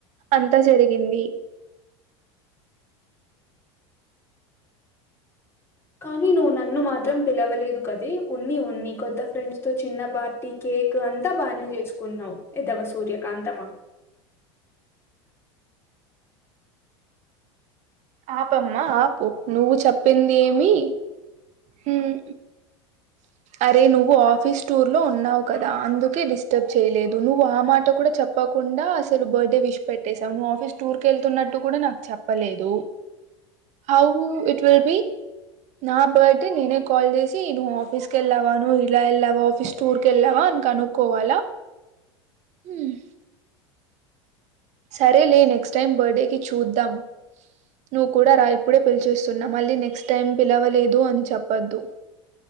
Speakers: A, on the right; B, on the left.
A: అంతా జరిగింది
B: కానీ నువ్వు నన్ను మాత్రం పిలవలేదు కదే ఉన్ని ఉన్ని కొత్త ఫ్రెండ్స్ తో చిన్న పార్టీ కేక్ అంతా బానే చేసుకున్నావు ఎదవ సూర్యకాంతమా
A: ఆపమ్మ ఆపు నువ్వు చెప్పింది ఏమి హ్మ్ అరే నువ్వు ఆఫీస్ టూర్ లో ఉన్నావు కదా అందుకే డిస్టర్బ్ చేయలేదు నువ్వు ఆ మాట కూడా చెప్పకుండా అసలు బర్త్డే విష్ పెట్టేసావు నువ్వు ఆఫీస్ టూర్ కి వెళ్తున్నట్ ట్టు కూడా నాక్ చెప్పలేదు హౌ ఇట్ విల్ బి నా బర్త్డే నేనే కాల్ చేసి నువ్ ఆఫీస్ కేళ్ళావా నువ్ ఇలా ఏళ్ళావా ఆఫీస్ టూర్ కి వెళ్ళావా అని కనుక్కోవాల హుమ్ సరే లే నెక్స్ట్ టైం బర్త్డే కి చూద్దాం నువ్వు కూడా రా ఇప్పుడే పిలిచేస్ స్తున్నా మళ్ళీ నెక్స్ట్ టైం పిలవలేదు అని చేపోద్దు